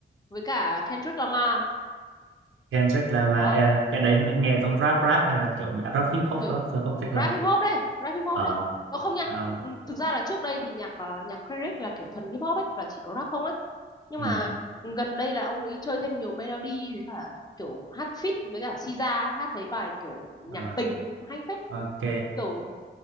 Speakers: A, on the left; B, on the right.
A: với cả Kendrick Lamar
B: Kendrick Lamar
A: đó
B: Ờ, cái đấy nghe giống rap rap hay là kiểu rock hip hop
A: kiểu
B: lắm tôi không thích lắm
A: rap hip hop đây rap hip hop
B: ờ
A: đây Ờ không nha
B: ờ,
A: ừ, thực ra là trước đây thì nhạc ờ, nhạc credit là kiểu thuần hip hop ấy là chỉ có rap không á nhưng
B: ừ,
A: mà gần đây là ông ấy chơi thêm nhiều melody với cả kiểu hát feat với cả Siza hát mấy bài kiểu nhạc
B: ờ,
A: tình ấy, cũng hay phết
B: ok
A: kiểu